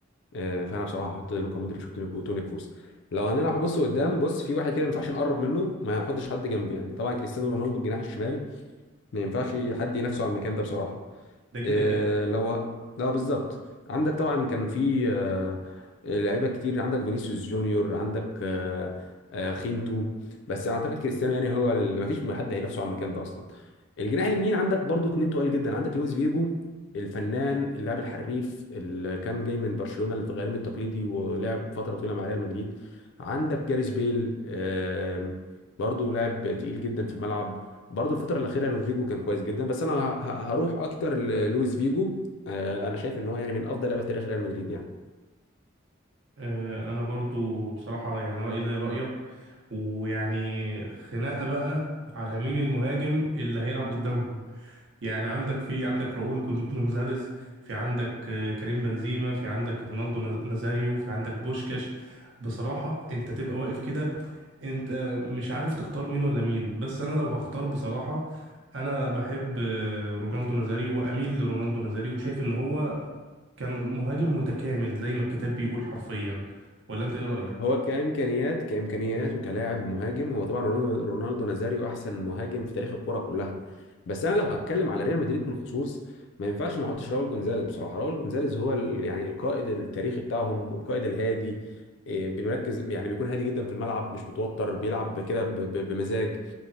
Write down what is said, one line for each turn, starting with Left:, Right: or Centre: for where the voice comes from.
Left: آه، فانا بصراحة هحط لوكا مودريتش وتوني وتوني كروس لو هنلعب بص قدام بص في واحد كده ما ينفعش نقرب منه ما هنحطش حد جنبه يعني طبعا كريستيانو رونالدو الجناح الشمال ما ينفعش حد ينافسه على المكان ده بصراحة
Right: ده كده
Left: آه،
Right: كده
Left: لو لا بالظبط عندك طبعا كان في آه، لعيبه كتير عندك فينيسيوس جونيور عندك آه، آه، خينتو بس انا اعتقد كريستيانو يعني هو اللي ما فيش حد هينافسه على المكان ده اصلا الجناح اليمين عندك برضو اتنين تقال جدا عندك لويس فيجو الفنان اللاعب الحريف اللي كان جاي من برشلونه الغريم التقليدي ولعب فتره طويله مع ريال مدريد عندك جاريس بيل آه، برضو لاعب تقيل جدا في الملعب برضو الفترة الأخيرة رودريجو كان كويس جدا بس أنا ه- ه- هروح أكتر للويس فيجو آه، أنا شايف إن هو يعني من أفضل لعيبة في تاريخ ريال مدريد يعني
Right: آه، انا برضو بصراحه يعني رايي زي رايك ويعني خناقه بقى على مين المهاجم اللي هيلعب قدامهم يعني عندك في عندك راؤول جون- جونزاليز في عندك آه، كريم بنزيما في عندك رونالدو نaz- نازاريو في عندك بوشكاش بصراحة انت تبقى واقف كده انت مش عارف تختار مين ولا مين بس انا لو هختار بصراحة انا بحب آه، رونالدو نازاريو واميل لرونالدو نازاريو وشايف ان هو كان مهاجم متكامل زي ما الكتاب بيقول حرفيا ولا انت ايه رأيك
Left: هو كإمكانيات كإمكانيات وكلاعب مهاجم هو طبعا رونالدو رونالدو نازاريو أحسن مهاجم في تاريخ الكرة كلها بس أنا لو هتكلم على ريال مدريد بالخصوص ما ينفعش ما احطش راؤول جونزاليز بصراحة راؤول جونزاليز هو ال- يعني القائد التاريخي بتاعهم والقائد الهادي آه، بيركز يعني بيكون هادي جدا في الملعب مش متوتر بيلعب كده ب- ب- بمزاج